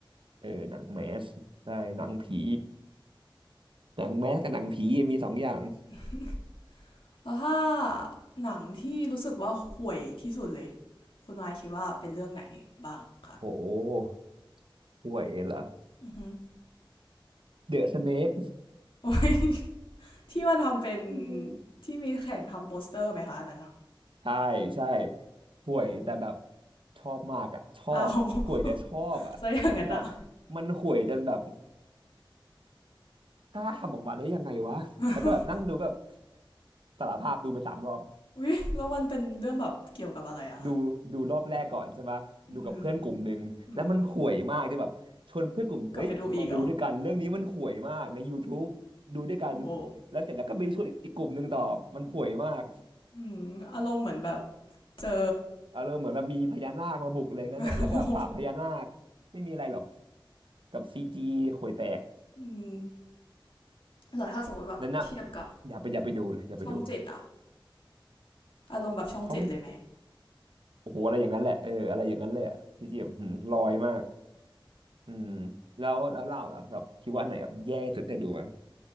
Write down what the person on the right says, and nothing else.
เออหนังแมสใช่หนังผีหนังแมสกับหนังผีมีสองอย่าง
โหห่วยเหรอ
เดอะสเนก
อืม
ใช่ใช่ห่วยแต่แบบ
ชอบมากอ่ะชอบอ่ะห่วยแต่ชอบอ่ะคือแบบ
มันห่วยจนแบบกล้าทำออกมาได้ยังไงวะแล้วก็แบบนั่งดูก็แบบ
สารภาพดูไปสามรอบ
ดูดูรอบแรกก่อนใช่ปะดูกับเพื่อนกลุ่มหนึ่งแล้วมันห่วยมากจนแบบชวนเพื่อนกลุ่มเฮ้ยมาดูด้วยกันเรื่องนี้มันห่วยมากใน
y ู u ูบดูด้วยกัน
แล้วเสร็จแล้วก็ไปชวนอีกกลุ่มหนึ่งต่อมันห่วยมาก
อารมณ์เหมือนแบบมีพญานาคมาบุกเลยงั้นน่ะแล้วก็ปราบพญานาคไม่มีอะไรหรอก
กับซีจีห่วยแตก
นั่นนะอย่าไปอย่าไปดูเลยอย่าไปดู
ช่องโอ้โหอะไรอย่างนั้นแหละเอออะไรอย่างนั้นเลยอะซีจีแบบหืมลอยมากอืมแล้วแล้วเล่าเหรอแบบคิดว่าอันไหนแบบแย่สุดได้ดูไหม